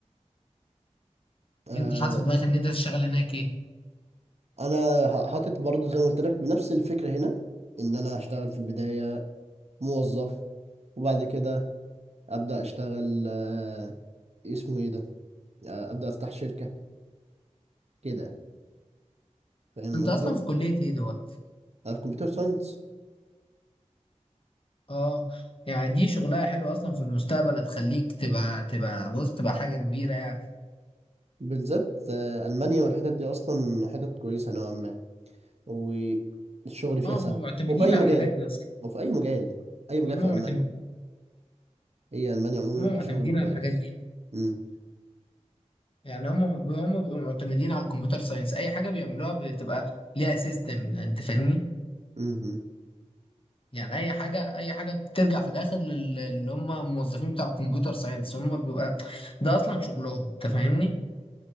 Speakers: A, on the right; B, on the left.
A: آه،
B: انت حاطط في دماغك ان انت تشتغل هناك ايه
A: انا ه- حاطط برضو زي ما قلت لك بنفس الفكره هنا ان انا هشتغل في البدايه موظف وبعد كده ابدا اشتغل آه، اسمه ايه ده آه، ابدا افتح شركه كده فاهم
B: انت
A: قصدي
B: اصلا في كلية ايه دلوقتي
A: انا في كمبيوتر ساينس
B: اه يعني دي شغلها حلو اصلا في المستقبل هتخليك تبقى تبقى بص تبقى حاجة كبيرة يعني
A: بالذات آه، ألمانيا والحتت دي أصلا حتت كويسة نوعا ما والشغل فيها
B: اه
A: سهل
B: هم معتمدين
A: وفي أي
B: على
A: مجال
B: الحاجات دي اصلا
A: وفي أي مجال أي مجال
B: هم
A: في
B: معتمدين
A: ألمانيا هي ألمانيا عموما
B: هم
A: كشغل
B: معتمدين
A: كويس
B: على الحاجات دي
A: مم.
B: يعني هم هم بيبقوا معتمدين على الكمبيوتر ساينس اي حاجة بيعملوها بتبقى ليها سيستم انت فاهمني
A: مم. مم.
B: يعني اي حاجه اي حاجه بترجع في الاخر لل- اللي هم الموظفين بتاع الكمبيوتر ساينس هم بيبقى ده اصلا شغلهم انت فاهمني